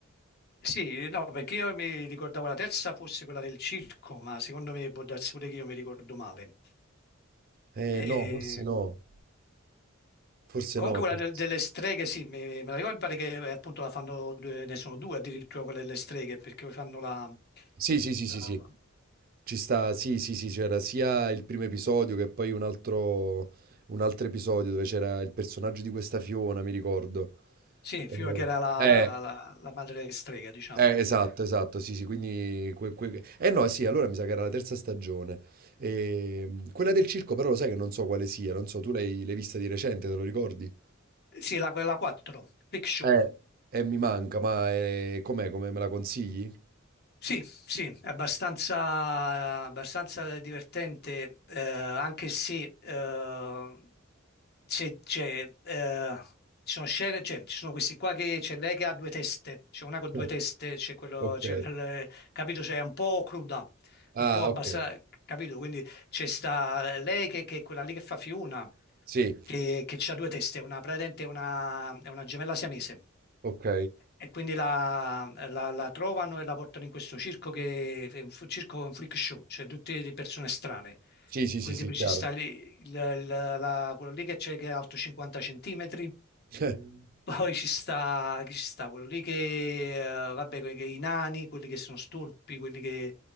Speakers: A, on the left; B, on the right.
A: Sì, no, perché io mi ricordavo la terza fosse quella del circo, ma secondo me può darsi pure che io mi ricordo male.
B: Eh,
A: E-
B: no, forse no. Forse
A: Comunque
B: no.
A: quella
B: forse-
A: del- delle streghe, sì, me, me la ricordo, mi pare che eh, appunto la fanno, due- ne sono due addirittura quelle delle streghe, perché poi fanno la...
B: Sì, sì, sì,
A: la-
B: sì, sì. Ci sta, sì, sì, sì, c'era sia il primo episodio che poi un altro, un altro episodio dove c'era il personaggio di questa Fiona, mi ricordo.
A: sì,
B: Eh,
A: Fiora che era la,
B: Eh,
A: la- la madre strega, diciamo.
B: eh, esatto, esatto, sì, sì, quindi... que- que- Eh no, sì, allora mi sa che era la terza stagione. Ehm, quella del circo però lo sai che non so quale sia, non so, tu l'hai l'hai vista di recente, te lo ricordi?
A: Sì, la, quella 4, Freak Show.
B: eh, Eh, mi manca, ma eh, com'è? Come me la consigli?
A: Sì, sì, è abbastanza, abbastanza divertente, eh, anche se, eh, c'è- c'è, eh, ci sono scene, cioè, ci sono questi qua che c'è lei che ha due teste, c'è una con due
B: Eh,
A: teste, c'è quello,
B: Ok.
A: c'è l- l- capito, cioè, è un po' cruda,
B: Ah,
A: è un po' abbassata,
B: ok.
A: capito? Quindi c'è sta lei che, che è quella lì che fa Fiona,
B: Sì,
A: che, che ha due teste, è una, praticamente è una, è una gemella siamese.
B: ok.
A: E quindi la, la- la trovano e la portano in questo circo che è un f- circo, un freak show, cioè tutte le persone strane.
B: Sì, sì,
A: Quindi
B: sì, sì,
A: poi
B: chiaro.
A: ci sta lì il- il- la- quello lì che c'è che è alto 50 centimetri,
B: <laughs>
A: poi ci sta, chi ci sta? Quello lì che, eh, vabbè, que- che i nani, quelli che sono storpi, quelli che,